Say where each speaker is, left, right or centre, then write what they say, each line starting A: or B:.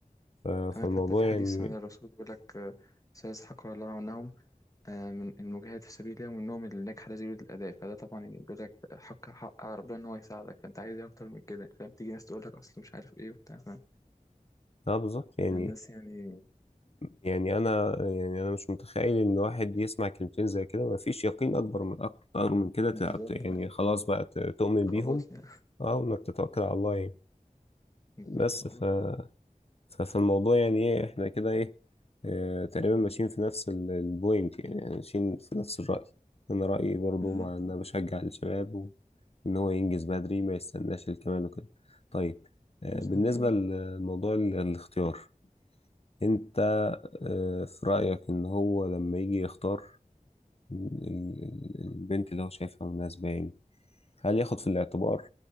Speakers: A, on the left; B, on the left.
A: آه
B: كمان
A: فالموضوع
B: حتى في حديث
A: يعني
B: عن الرسول بيقول لك آه، سيزحق الله عنهم آه، من المجاهد في سبيل الله ومنهم اللي نجح لا يريد الأداء فده طبعا يعني بيقول لك حق حق على ربنا إن هو يساعدك فأنت عايز إيه أكتر من كده فاهم تيجي ناس تقول لك أصل مش عارف إيه وبتاع فاهم
A: اه بالظبط يعني
B: الناس يعني
A: يعني انا يعني انا مش متخيل ان واحد يسمع كلمتين زي كده ما فيش يقين اكبر من اكتر من كده تع-
B: بالظبط
A: يعني
B: آه،
A: خلاص بقى ت- تؤمن
B: خلاص
A: بيهم
B: يعني
A: اه وانك تتوكل على الله يعني
B: <laughs> بالظبط
A: بس
B: والله
A: ف... ففي الموضوع يعني ايه احنا كده ايه اه تقريبا ماشيين في نفس ال- البوينت يعني يعني ماشيين في نفس الرأي انا رأيي برضو
B: بالظبط
A: مع ان انا
B: آه،
A: بشجع الشباب و... ان هو ينجز بدري ما يستناش الكمال وكده طيب اه
B: بالظبط
A: بالنسبة
B: آه.
A: لموضوع ال- الاختيار انت اه في رأيك ان هو لما يجي يختار ال- ال- البنت اللي هو شايفها مناسبة يعني هل ياخد في الاعتبار